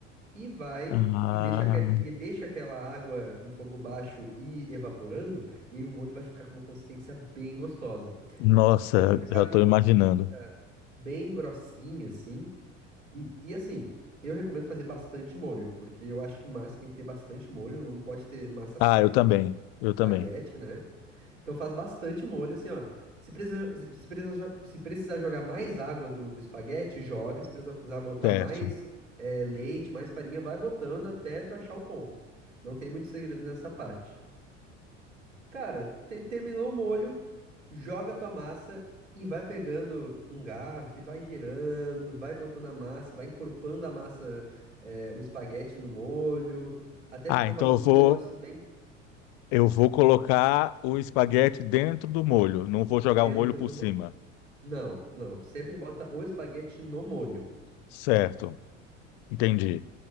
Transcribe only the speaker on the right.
E vai
e deixa, que- e deixa aquela água em fogo baixo e evaporando, e aí o molho vai ficar com uma consistência bem gostosa.
Quando chegar
numa
consistência
bem grossinha, assim, e, e assim, eu recomendo fazer bastante molho, porque eu acho que massa tem que ter bastante molho, não pode ter massa seca,
espaguete, né? Então faz bastante molho, assim, ó. Se precisa, se precisa, jo- se precisar jogar mais água do, do espaguete, joga. Se precisar botar
mais eh, leite, mais farinha, vai botando até tu achar o ponto. Não tem muito segredo nessa parte. Cara, te- terminou o molho, joga a tua massa e vai pegando um garfo e vai girando, vai botando a massa, vai encorpando a massa, eh, o espaguete no molho, até
ficar
um, bagu-
um negócio bem
dentro
do
molho. Não, não. Tu sempre bota o espaguete no molho.